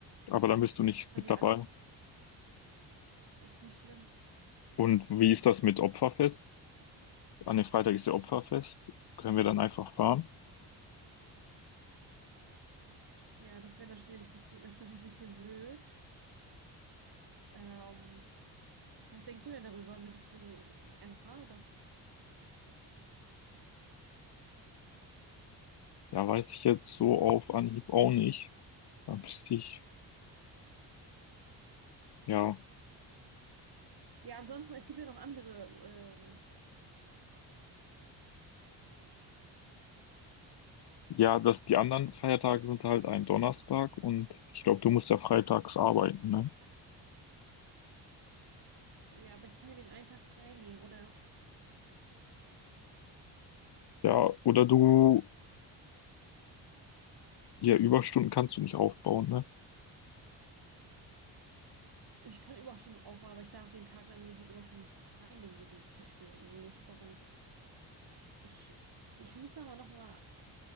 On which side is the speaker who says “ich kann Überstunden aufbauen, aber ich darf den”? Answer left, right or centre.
Right